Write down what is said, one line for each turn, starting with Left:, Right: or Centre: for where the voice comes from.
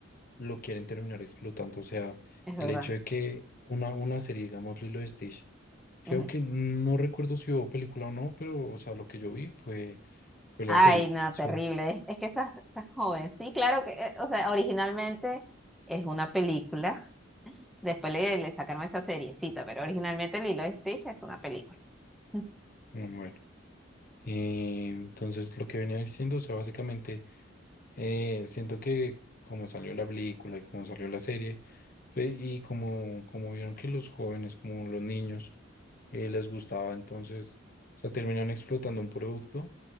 Left: lo quieren terminar explotando. O sea,
Centre: es verdad.
Left: el hecho de que una, una serie, digamos, Lilo y Stitch, creo
Centre: Ujú.
Left: que no recuerdo si hubo película o no, pero, o sea, lo que yo vi fue, fue
Centre: Ay,
Left: la serie.
Centre: no,
Left: Sí.
Centre: terrible. Es que estás, estás joven. Sí, claro que, eh, o sea, originalmente es una película. Después le, le sacaron esa seriecita, pero originalmente Lilo y Stitch es una película. <laughs>
Left: Mm, Bueno. Eh, entonces, lo que venía diciendo, o sea, básicamente Eh, siento que como salió la película y como salió la serie, pe- y como, como vieron que los jóvenes, como los niños, eh, les gustaba, entonces, o sea, terminan explotando un producto,